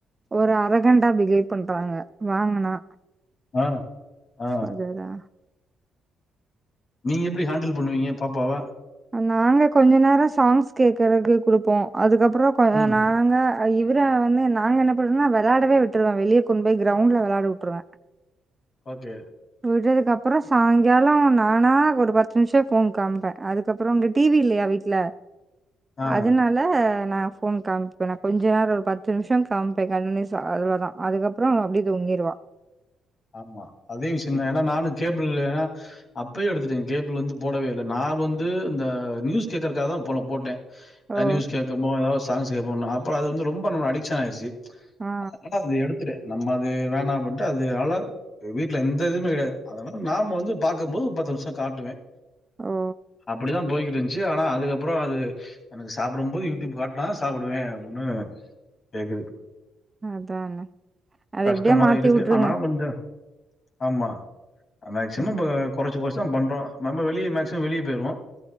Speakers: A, on the right (about 20°); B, on the left (about 50°).
A: ஒரு அரகண்டா பிகேவ் பண்றாங்க வாங்கனா
B: ஆ ஆ
A: அதேதா
B: நீங்க எப்டி ஹேண்டில் பண்ணுவீங்க பாப்பாவ
A: நாங்க கொஞ்ச நேரொ சாங்ஸ் கேக்குறதுக்கு குடுப்போ அதுக்கப்பறொ கொஞ்ச
B: ம்
A: ந நாங்க இவுர வந்து நாங்க என்ன பண்ணுவோனா வளாடவே விட்ருவே வெளிய கொண்டு போய் கிரவுண்ட்ல வளாட விட்ருவே
B: ஓகே
A: விட்றதுக்கு அப்பறொ சாய்ங்காலோ நானா ஒரு பத்து நிம்ஷோ ஃபோன் காம்ப்ப அது கப்பறொ அங்க டி வி இல்லையா வீட்ல
B: ஆ
A: அதனா ல நா ஃபோன் காம்ப்பே நா கொஞ்ச நேரொ பத்து நிம்ஷொ காம்ப்ப கண்டின்யூஸா அவ்ளோ தா அதுக்கப்பறோ அவ அப்டியே தூங்கிரூவா
B: ஆமா அதே விஷயம் தான் ஏன்னா நானும் கேபிள் ஏன்னா அப்பயே எடுத்துட்டேன் கேபிள் வந்து போடவே இல்ல நான் வந்து இந்த நியூஸ் கேக்கறதுக்காக தான் போல போட்டேன்
A: ஓ
B: அ நியூஸ் கேட்க போ எதாவது சாங்ஸ் கேபோம் அப்பறம் அது வந்து ரொம்ப நம்ம அடிக்ஷன் ஆயிச்சு
A: ஆ ஆ
B: அதனால அது எடுத்துடு நம்ம அது வேணாம் போட்டு அது அழ வீட்ல எந்த இதுவுமே கெடையாது அதனால நாம வந்து பாக்க போது பத்து நிமிஷம் காட்டுவேன்
A: ஓ
B: அப்படித்தான் போய்கிட் இருஞ் சி ஆனா அதுக்கப்பறம் அது எனக்கு சாப்பிடும் போது யூடியூப் காட்னாதா சாப்டுவேன் அப்டின்னு கேக்குது
A: அதான அத
B: கஷ்டமா
A: எப்டியா மாத்தி
B: தா இருக்கு
A: வுட்ருங்க
B: ஆனாலு கொஞ்ச ஆமா மேக்சிமம்
A: ஆ
B: பா கொறச்சு கொறச்சுதா பண்றோம் நம்ம வெளியே மேக்சிமம் வெளியே போயிருவோம்